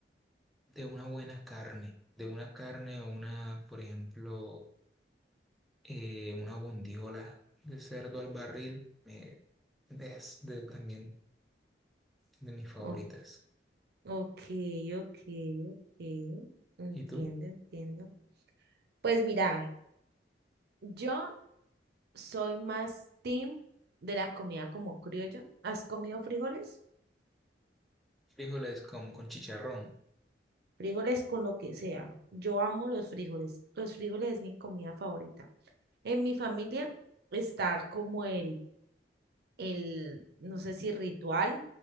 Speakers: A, in the centre; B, on the right (about 60°).
A: de una buena carne, de una carne o una, por ejemplo, eh, una bondiola de cerdo al barril, eh, es de, también de mis favoritas.
B: o- ok, ok, ok. Entiendo,
A: ¿Y tú?
B: entiendo. Pues mira, Yo soy más team de la comida como criolla. ¿Has comido frijoles?
A: Frijoles como con chicharrón.
B: Frijoles con lo que sea. Yo amo los frijoles. Los frijoles es mi comida favorita. En mi familia está como el, el, no sé si ritual,